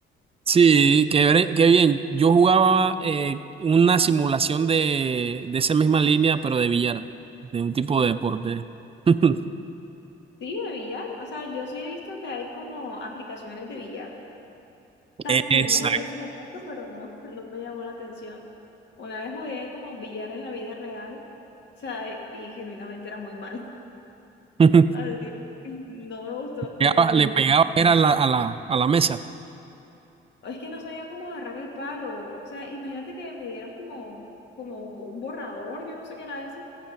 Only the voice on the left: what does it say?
Sí, de billar, o sea, yo sí he visto que hay como aplicaciones de billar. También
lo jugué en su momento, <laughs> pero no, no me llamó la atención. Una vez jugué como billar en la vida real, o sea, y genuinamente era muy mal.
<laughs> Así, que no me gustó
ni, ni.
Es que no sabía cómo agarrar el palo. O sea, imagínate que me dieron como, como un borrador, yo no sé qué era eso.